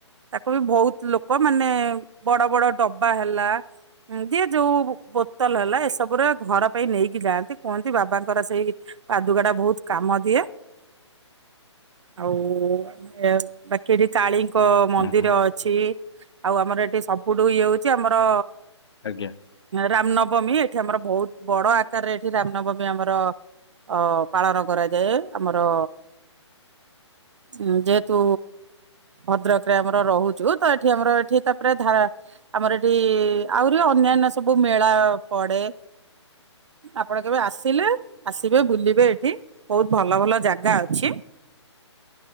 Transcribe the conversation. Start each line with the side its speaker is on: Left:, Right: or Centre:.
Right: ତାକୁ ବି ଭଉତ୍ ଲୋକ ମାନେ ବଡ ବଡ ଡବା ହେଲା ଉଁ ଯିଏ ଯୋଉ ବୋତଲ୍ ହେଲା ଏସବୁରେ ଘର ପାଇଁ ନେଇକି ଯାଆନ୍ତି କୁହନ୍ତି ବାବାଙ୍କର ସେଇ ପାଦୁକା ଟା ବହୁତ୍ କାମ ଦିଏ ଆଉ ବା ମାନେ ବାକି ଏଠି କାଳୀଙ୍କ ମନ୍ଦିର
Left: ହୁଁ ହୁଁ
Right: ଅଛି। ଆଉ ଆମର ଏଠି ସବୁଠୁ ଇଏ ହଉଛି ଆମର
Left: ଆଜ୍ଞା।
Right: ରାମନବମୀ ଏଠି ଆମର ବହୁତ ବଡ ଆକାରରେ ଏଠି ରାମନବମୀ ଆମର ଅ ପାଳନ କରାଯାଏ ଆମର ଉଁ ଯେହେତୁ ଭଦ୍ରକରେ ଆମର ରହୁଛୁ ତ ଏଠି ଆମର ଏଠି ତାପରେ ଧାରା ଆମର ଏଠି ଆହୁରି ଅନ୍ୟାନ୍ୟ ସବୁ ମେଳା ପଡେ। ଆପଣ କେବେ ଆସିଲେ ଆସିବେ ବୁଲିବେ ଏଠି ବହୁତ ଭଲ ଭଲ ଜାଗା ଅଛି।